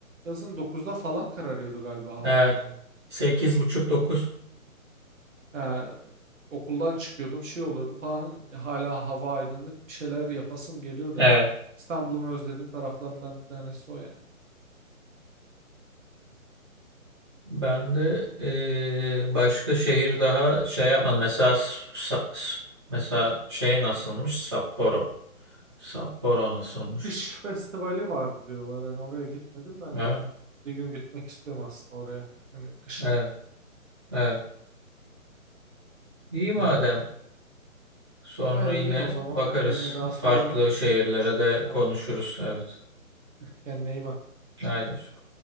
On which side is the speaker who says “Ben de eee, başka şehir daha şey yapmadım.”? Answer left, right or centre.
Right